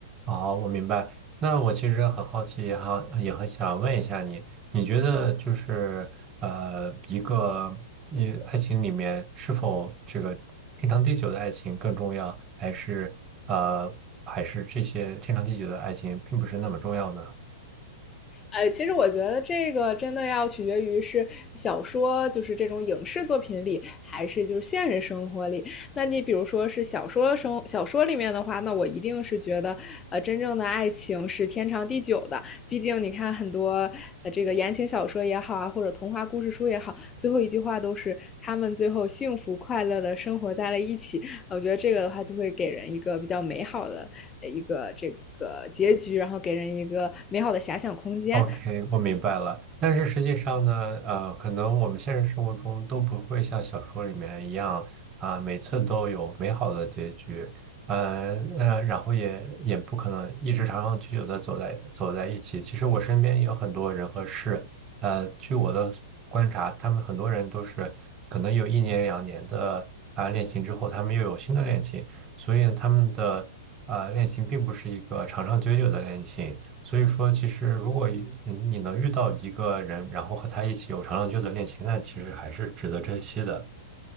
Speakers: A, on the right; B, on the left.
A: 好，我明白。那我其实很好奇，也很也很想问一下你，你觉得就是呃，一个你爱情里面是否这个天长地久的爱情更重要，还是呃，还是这些天长地久的爱情并不是那么重要呢？
B: 呃，其实我觉得这个真的要取决于是小说，就是这种影视作品里，还是就是现实生活里。那你比如说是小说生小说里面的话，那我一定是觉得，呃，真正的爱情是天长地久的。毕竟你看很多呃这个言情小说也好啊，或者童话故事书也好，最后一句话都是他们最后幸福快乐的生活在了一起。我觉得这个的话就会给人一个比较美好的呃一个这个结局，然后给人一个美好的遐想空间。
A: OK，我明白了。但是实际上呢，呃，可能我们现实生活中都不会像小说里面一样啊，每次都有美好的结局，呃呃，然后也也不可能一直长长久久的走在走在一起。其实我身边也有很多人和事，呃，据我的观察，他们很多人都是可能有一年两年的啊恋情之后，他们又有新的恋情，所以他们的啊恋情并不是一个长长久久的恋情。所以说，其实如果一你你能遇到一个人，然后和他一起有长长久久的恋情，那其实还是值得珍惜的。